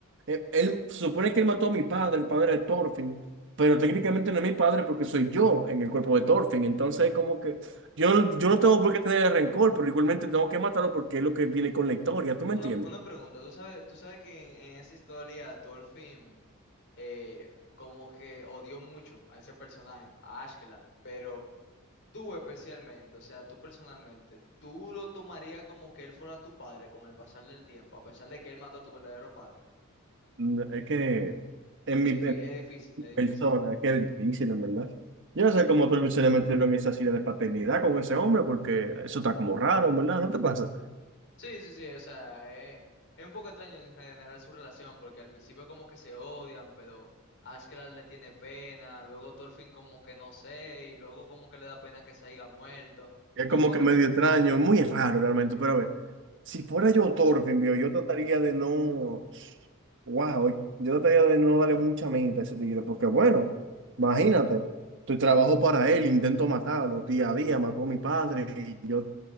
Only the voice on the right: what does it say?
eh, él, se supone que él mató a mi padre, el padre de Thorfinn, pero técnicamente no es mi padre porque soy yo en el cuerpo de Thorfinn. Entonces, es como que yo, no- yo no tengo por qué tener rencor, pero igualmente tengo que matarlo porque es lo que viene con la historia, ¿tú me
entiendes?
No, Es que en
mi, en
mi
persona, es que es difícil, en verdad. Yo no sé cómo otros se le metieron esa silla de paternidad con ese hombre, porque eso está como raro, en ¿verdad? ¿No te pasa?
Es
como
que medio extraño, es muy raro realmente, pero a ver, si fuera yo Thorfinn, viejo, yo trataría de no, wow, yo trataría de no darle mucha mente a ese tigre, porque bueno, imagínate, tu trabajo para él, intento matarlo, día a día, mató a mi padre, y yo